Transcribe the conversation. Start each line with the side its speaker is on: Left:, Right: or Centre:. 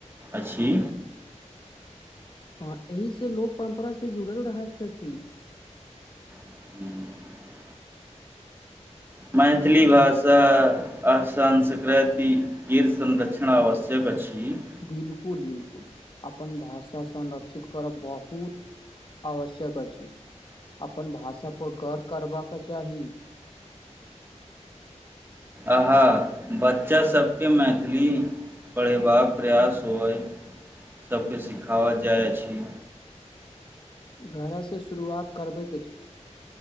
Right: अछि
Left: हँ एहिसँ लोक परम्परा से जुड़ल रहत छथि
Right: ह् <inaudible> मैथिली भाषा आ संस्कृति केर संरक्षण आवश्यक अछि
Left: बिलकुल बिलकुल अपन भाषा संरक्षित करब बहुत आवश्यक अछि अपन भाषा पर गौर करबाक चाही
Right: अहा बच्चासभके मैथिली पढ़यबाक प्रयास होइ सभकेँ सिखावल जाइ अछि
Left: घरे से शुरुआत करबै